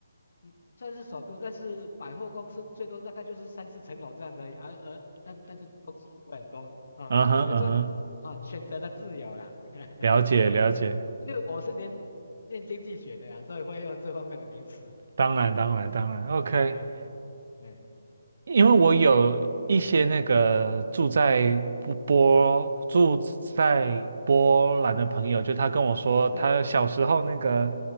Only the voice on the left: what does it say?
嗯算是首都，但是百货公司最多大概就是三四层楼这样子而已，而、而但但是东西也不会很多啊。
等于说啊，选择了自由啦，<laughs>
因为我因为我是念念经济学的呀、所以会用这方面的名词。
<laughs> 嗯嗯，哎
对，
嗯